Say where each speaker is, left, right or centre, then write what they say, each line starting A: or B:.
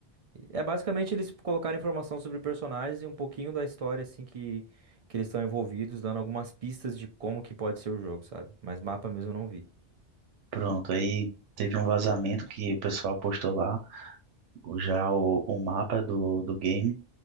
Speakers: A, on the right; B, on the right.
A: e É basicamente eles colocaram informação sobre personagens e um pouquinho da história, assim, que, que eles estão envolvidos, dando algumas pistas de como que pode ser o jogo, sabe? Mas mapa mesmo eu não vi.
B: pronto. Aí teve um vazamento que o pessoal postou lá, já o, o mapa do, do game.